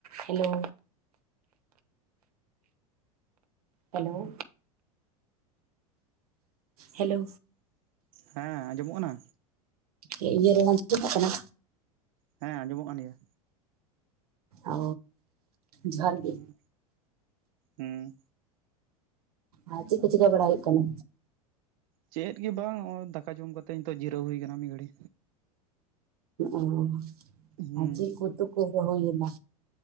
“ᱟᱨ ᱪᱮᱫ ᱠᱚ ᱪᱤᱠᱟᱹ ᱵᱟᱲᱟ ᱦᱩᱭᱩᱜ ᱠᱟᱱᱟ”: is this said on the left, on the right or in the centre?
Right